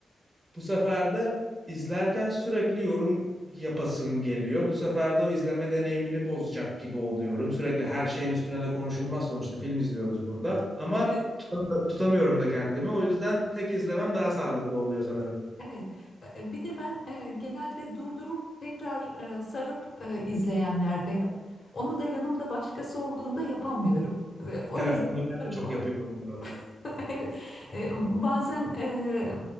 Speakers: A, on the right; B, on the left.
A: bu sefer de izlerken sürekli yorum yapasım geliyor. Bu sefer de o izleme deneyimini bozacak gibi oluyorum. Sürekli her şeyin üstüne de konuşulmaz sonuçta film izliyoruz burada. Ama
B: evet,
A: tutam- tutamıyorum da kendimi. O yüzden tek izlemem daha sağlıklı oluyor sanırım.
B: evet. Bir de ben e, genelde durdurup tekrar e, sarıp e, izleyenlerdenim. Onu da yanımda başkası olduğunda yapamıyorum. Ve o
A: Evet,
B: yüzden
A: onu ben
B: <laughs>
A: de çok yapıyorum bu arada.
B: <laughs> Evet, e, bazen e,